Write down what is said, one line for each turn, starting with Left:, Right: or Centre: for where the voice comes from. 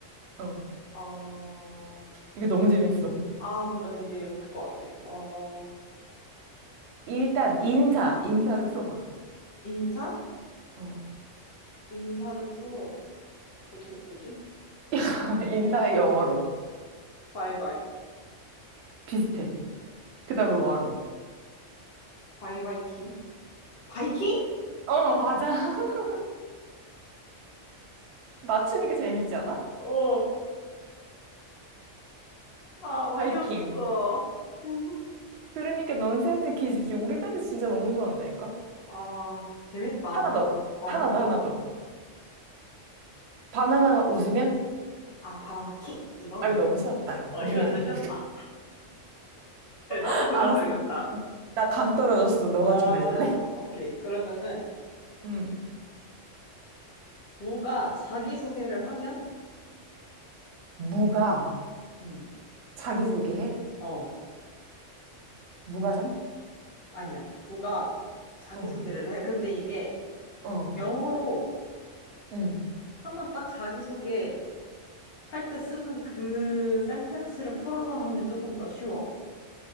Right: 어.
Left: 어,
Right: 이거 너무 재밌어.
Left: 아, 뭔가 되게 웃길 것 같아. 어,
Right: 일단 인사, 인사를 풀어봐.
Left: 인사?
Right: 어.
Left: 인사를 풀어. 어떻게 풀지?
Right: <laughs> 인사의 영어로
Left: 바이바이.
Right: 비슷해. 그다음에 왕.
Left: 바이바이 킹? 바이킹?
Right: 어, 맞아. <laughs> 맞추니까 재밌지 않아?
Left: 어, 아, 어이없어.
Right: 바이킹.
Left: <laughs>
Right: 그러니까 넌센스 퀴즈지. 우리 딸도 진짜 너무 좋아한다니까.
Left: 아, 재밌다.
Right: 하나 더.
Left: 어,
Right: 하나
Left: 하나
Right: 더,
Left: 더.
Right: 하나 더. 바나나가 웃으면?
Left: 아, 바나나 킥. 이거는.
Right: 아, 이거 너무 쉬웠다.
Left: 어,
Right: 미안.
Left: 이건 좀 쉬웠다. 네, 너무
Right: <laughs>
Left: 대중적이었다.
Right: 알았어. 나 감 떨어졌어. 너가
Left: 아,
Right: 좀 내줄래?
Left: 오케이. 그러면은
Right: 음.
Left: 무가 자기소개를 하면
Right: 무가
Left: 음.
Right: 자기소개해?
Left: 어,
Right: 무과장?
Left: 아니야. 무가 자기소개를
Right: 어,
Left: 해. 근데 이게
Right: 어,
Left: 영어로
Right: 응.
Left: 한번 딱 자기소개 할 때 쓰는 그 센텐스를 풀어서 하면 조금 더 쉬워.